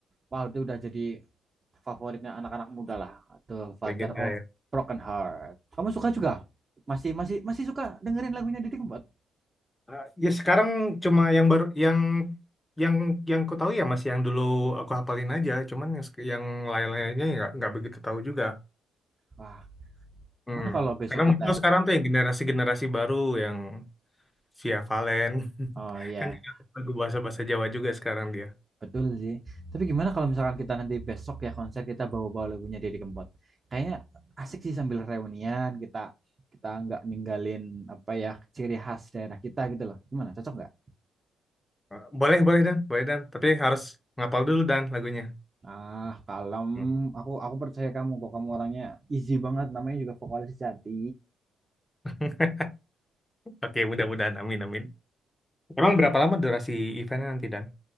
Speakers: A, on the right (about 30°); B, on the left (about 15°).
A: wah itu udah jadi favoritnya anak-anak muda lah. The Father
B: legenda
A: of
B: ya.
A: Broken Heart. Kamu suka juga? Masih masih masih suka dengerin lagunya Didi Kempot?
B: Eh, ya sekarang cuma yang baru, yang yang yang ku tahu ya masih yang dulu aku hafalin aja, cuman yang sek- yang lain-lainnya nggak nggak begitu tahu juga.
A: Wah, gimana
B: Hmm.
A: kalau besok
B: Karena muncul
A: kita
B: sekarang tuh yang generasi-generasi baru yang Via Valen <laughs>
A: Oh ya
B: kan juga lagu bahasa-bahasa Jawa juga sekarang dia.
A: Betul sih. Tapi gimana kalau misalkan kita nanti besok ya konser kita bawa-bawa lagunya Deddy Kempot. Kayaknya asik sih sambil reunian kita kita nggak ninggalin apa ya ciri khas daerah kita gitu loh. Gimana? Cocok nggak?
B: Eh, Boleh, boleh Dan, boleh Dan. Tapi harus ngapal dulu Dan lagunya.
A: Ah, kalem.
B: Hmm.
A: Aku aku percaya kamu kok. Kamu orangnya easy banget. Namanya juga vokalis sejati.
B: <laughs> Oke, mudah-mudahan. Amin, amin. Emang berapa lama durasi eventnya nanti Dan?